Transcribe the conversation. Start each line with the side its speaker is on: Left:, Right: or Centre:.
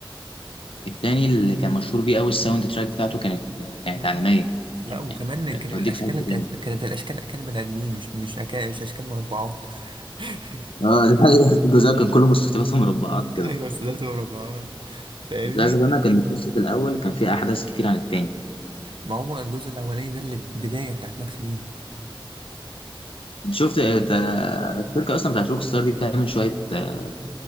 Left: التاني اللي كان مشهور بيه قوي الساوند تراك بتاعته كانت كانت
Right: مم.
Left: عالميه
Right: لا
Left: يعني
Right: وكمان
Left: كانت
Right: كان
Left: بتوديك
Right: الاشكال
Left: في حته
Right: كانت
Left: تانيه
Right: كانت الاشكال اشكال بني ادمين مش مش أكا... مش اشكال مربعات <laughs>
Left: اه <laughs> الجزء كان كله مستطيلات ومربعات كده
Right: ايوه بس ده مربعات فاهمني
Left: للاسف انا كان القصه الاول كان فيه احداث كتير عن التاني
Right: ما هو الجزء الاولاني ده اللي بدايه بتاعت ماكس بين
Left: شفت
Right: فاهمني؟
Left: آه، تا- الشركه اصلا بتاعت روك ستار دي بتعمل شويه آه،